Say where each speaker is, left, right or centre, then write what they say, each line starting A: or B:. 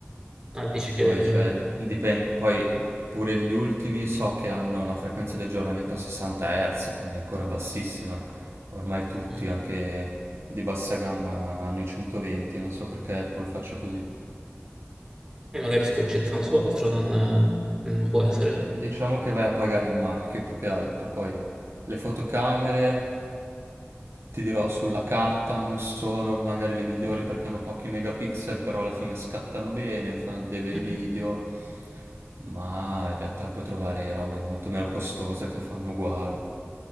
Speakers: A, on the right; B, on the right.
A: Ah, dici che
B: Poi, cioè, dipende, poi pure gli ultimi so che hanno la frequenza di aggiornamento a 60 Hz, quindi ancora bassissima. Ormai tutti,
A: mm,
B: anche di bassa gamma, hanno i 120, non so perché Apple faccia così.
A: eh, magari si concentrano su altro, non, non può essere.
B: Diciamo che vai a pagare il marchio più che altro, poi le fotocamere, ti dirò, sulla carta non sono magari le migliori perché hanno pochi megapixel, però alla fine scattano bene, fanno dei bei
A: Mm.
B: video, ma in realtà puoi trovare robe molto meno costose che fanno uguale.